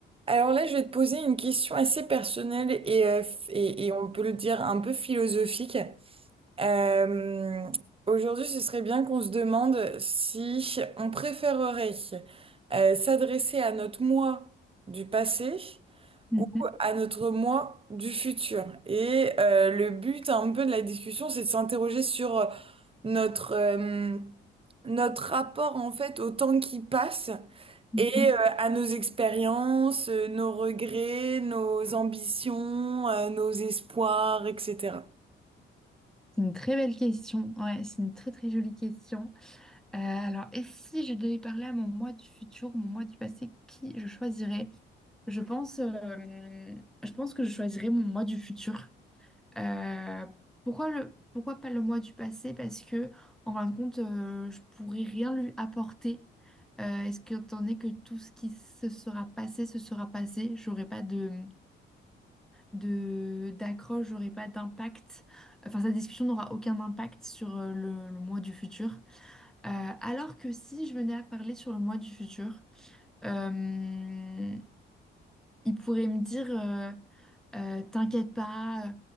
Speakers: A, on the right (about 30°); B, in the centre.
A: Alors là, je vais te poser une question assez personnelle et, euh, f- et, et on peut le dire un peu philosophique. Euh, aujourd'hui, ce serait bien qu'on se demande si on préférerait euh, s'adresser à notre moi du passé
B: Mhm,
A: ou à notre moi du futur. Et euh, le but un peu de la discussion, c'est de s'interroger sur euh, notre, euh, notre rapport en fait au temps qui passe
B: mhm.
A: et euh, à nos expériences, euh, nos regrets, nos ambitions, euh, nos espoirs, etc.
B: C'est une très belle question. Ouais, c'est une très très jolie question. Euh, alors, et si je devais parler à mon moi du futur, mon moi du passé, qui je choisirais? Je pense, euh, je pense que je choisirais mon moi du futur. Euh, pourquoi le, pourquoi pas le moi du passé? Parce que en fin de compte, euh, je pourrais rien lui apporter. Euh, est-ce que étant donné que tout ce qui se sera passé se sera passé, j'aurais pas de de d'accroche, j'aurai pas d'impact. Enfin, cette discussion n'aura aucun impact sur euh, le, le mois du futur. Euh, alors que si je venais à parler sur le mois du futur, euh, il pourrait me dire euh, euh, t'inquiète pas,